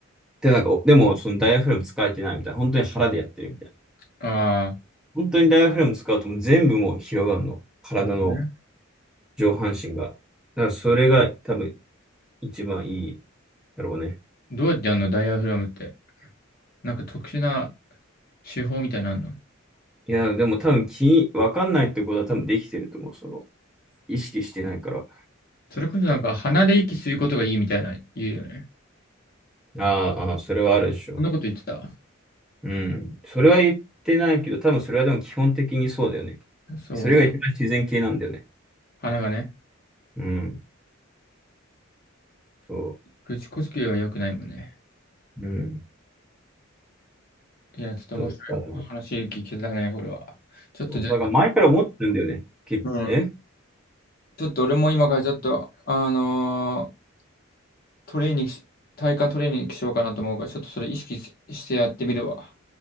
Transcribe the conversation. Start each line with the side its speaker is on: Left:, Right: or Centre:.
Centre: で、なんか、おでも、そのダイヤフラム使えてないみたいな。本当に腹でやってるみたいな。
Left: あ
Centre: 本当にダイヤフラム使うともう全部もう広がるの。体の
Left: あ、なるほどね。
Centre: 上半身が。だからそれが多分一番いいだろうね。
Left: どうやってやるのダイヤフラムって。なんか特殊な手法みたいなのあんの
Centre: いや、でも多分気、わかんないってことは多分できてると思う。その、意識してないから。
Left: それこそなんか鼻で息することがいいみたいな言うよね。
Centre: ああ、ああそれはあるでしょ
Left: そんなこと言ってた
Centre: う。うん。それは言ってないけど、多分それはでも基本的にそうだよね。
Left: そうだよ。
Centre: それが一番自然系なんだよね。
Left: 鼻がね。
Centre: うん。そ
Left: 口呼吸は良くないもんね。
Centre: う。うん。
Left: いや、ちょっと面白い話聞けたね、
Centre: そう。だから、
Left: これは。ちょっとじゃあ、
Centre: そうだから前から思ってるんだよね。け、
Left: あの、うん。
Centre: え
Left: ちょっと俺も今からちょっと、あのートレーニングし、体幹トレーニングしようかなと思うから、ちょっとそれ意識ししてやってみるわ。